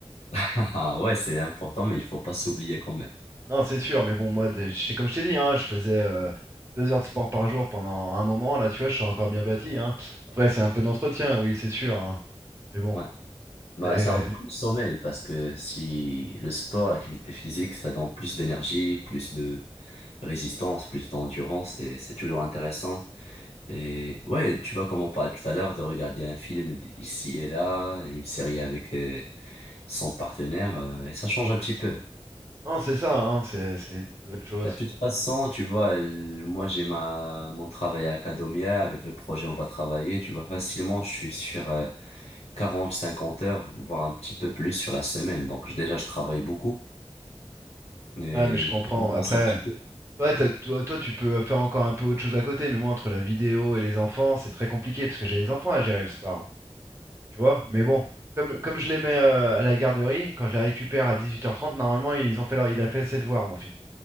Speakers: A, on the left; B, on the right.
A: <laughs> Ah ouais, c'est important, mais il faut pas s'oublier quand même.
B: Non, c'est sûr, mais bon, moi, des- j'étais comme je t'ai dit, hein, je faisais euh, deux heures de sport par jour pendant un moment. Là, tu vois, je suis encore bien bâti, hein. Après, c'est un peu d'entretien, oui, c'est sûr, hein. Mais bon.
A: Ouais. Bah,
B: Et
A: ça rejoint le sommeil parce que si le sport, l'activité physique, ça donne plus d'énergie, plus de résistance, plus d'endurance, et c'est toujours intéressant. Et ouais, tu vois, comme on parlait tout à l'heure, de regarder un film d- ici et là, une série avec euh, son partenaire, euh, et ça change un petit peu.
B: Non, c'est ça, hein, c'est c'est- c'est autre chose,
A: De toute
B: quoi.
A: façon, tu vois, euh, moi j'ai ma mon travail à Acadomia, avec le projet on va travailler, tu vois, facilement je suis sur euh, 40 50 heures, voire un petit peu plus sur la semaine. Donc je- déjà je travaille beaucoup. Et
B: Ouais, mais je comprends.
A: il faut compenser
B: Après,
A: un petit peu.
B: toi, t'as- toi, toi, tu peux faire encore un peu autre chose à côté, mais moi, entre la vidéo et les enfants, c'est très compliqué, parce que j'ai les enfants à gérer le soir, hein, tu vois. Mais bon, comme, comme je les mets euh, à la garderie, quand je les récupère à dix-huit heures trente normalement, ils ont fait leur, il a fait ses devoirs, mon fils.